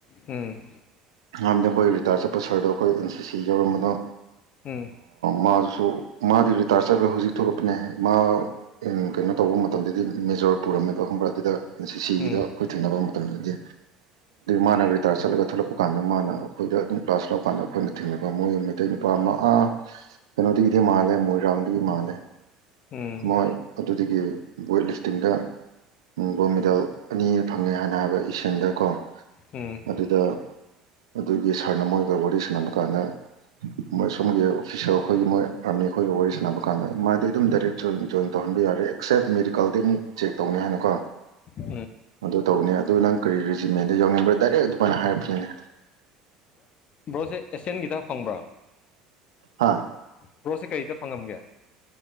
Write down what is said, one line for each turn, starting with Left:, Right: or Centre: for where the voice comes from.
Left: ꯎꯝ
Right: ꯑꯍꯥꯟꯕꯗꯤ ꯑꯈꯣꯏ ꯔꯤꯇꯥꯌꯔ ꯆꯠꯄ ꯁꯥꯔꯗꯣ ꯑꯩꯈꯣꯏ ꯑꯦꯟ ꯁꯤ ꯁꯤ ꯌꯥꯎꯔꯝꯕꯗ
Left: ꯎꯝ
Right: ꯃꯥ ꯑꯣ ꯃꯥꯗꯤ ꯔꯤꯇꯥꯌꯔ ꯆꯠꯂꯒ ꯍꯧꯖꯤꯛ ꯊꯣꯛꯂꯛꯄꯅꯦ ꯃꯥ ꯀꯩꯅꯣ ꯇꯧꯕ ꯃꯇꯝꯗꯗꯤ ꯃꯦꯖꯣꯔ ꯄꯨꯔꯛ ꯍꯪꯕ꯭ꯔꯥ ꯑꯗꯨꯗꯒꯤꯗ
Left: ꯎꯝ
Right: ꯑꯈꯣꯏ ꯊꯦꯡꯅꯕ ꯃꯇꯝꯗꯗꯤ ꯃꯥꯅ ꯇꯥꯔ ꯆꯠꯂꯒ ꯊꯣꯛꯂꯛꯄ ꯀꯥꯟꯗ ꯃꯥꯅ ꯑꯩꯈꯏꯗ ꯑꯗꯨꯝ ꯀ꯭ꯂꯥꯁ ꯂꯀꯥꯟꯗ ꯑꯈꯣꯏꯅ ꯊꯦꯡꯅꯕ ꯃꯣꯏ ꯃꯩꯇꯩ ꯅꯨꯄꯥ ꯑꯃ ꯀꯩꯅꯣꯗꯒꯤꯗꯤ ꯃꯥꯜꯂꯦ ꯃꯣꯏꯔꯥꯡꯗꯒꯤ ꯃꯥꯜꯂꯦ
Left: ꯎꯝ ꯎꯝ
Right: ꯃꯣꯏ ꯑꯗꯨꯗꯒꯤ ꯋꯦꯠ ꯂꯤꯐꯇꯤꯡꯗ ꯒꯣꯜ ꯃꯦꯗꯜ ꯑꯅꯤ ꯐꯪꯉꯦ ꯍꯥꯟꯅ ꯍꯥꯏꯕ ꯏꯁꯟꯗ ꯀꯣ
Left: ꯎꯝ
Right: ꯑꯗꯨꯗ ꯑꯗꯨꯒꯤ ꯁꯥꯔꯅ ꯃꯣꯏꯒ ꯋꯥꯔꯤ ꯁꯥꯟꯅꯕ ꯀꯥꯟꯗ ꯃꯣꯏ ꯁꯣꯝꯒꯤ ꯑꯣꯐꯤꯁꯦꯜ ꯑꯈꯣꯏꯒꯤ ꯃꯣꯏ ꯑꯥꯔꯃꯤ ꯑꯈꯣꯏꯒ ꯋꯥꯔꯤ ꯁꯥꯟꯅꯕ ꯀꯥꯟꯗ ꯃꯥꯗꯤ ꯑꯗꯨꯝ ꯗꯥꯏꯔꯦꯛ ꯖꯣꯏ ꯇꯧꯔꯦ ꯍꯟꯕ ꯌꯥꯔꯦ ꯑꯦꯛꯁꯦꯞ ꯃꯦꯗꯤꯀꯜꯗꯤ ꯑꯃꯨꯛ ꯆꯦꯛ ꯇꯧꯅꯤ ꯍꯥꯏꯅꯀꯣ
Left: <inaudible>
Right: ꯑꯗꯨ ꯇꯧꯕꯅꯦ ꯑꯗꯨ ꯅꯪ ꯀꯔꯤ ꯔꯦꯖꯤꯃꯦꯟꯗ ꯌꯥꯎꯅꯤꯡꯕ꯭ꯔ ꯗꯥꯏꯔꯦꯛ ꯑꯗꯨꯃꯥꯏꯅ ꯍꯥꯏꯔꯛꯄꯅꯤꯅꯦ
Left: ꯕ꯭ꯔꯣꯖꯦ ꯑꯦꯁꯤꯌꯥꯟꯒꯤꯗ ꯐꯪꯕ꯭ꯔꯥ
Right: ꯍꯥ
Left: ꯕ꯭ꯔꯣꯁꯦ ꯀꯔꯤꯗ ꯐꯪꯉꯝꯒꯦ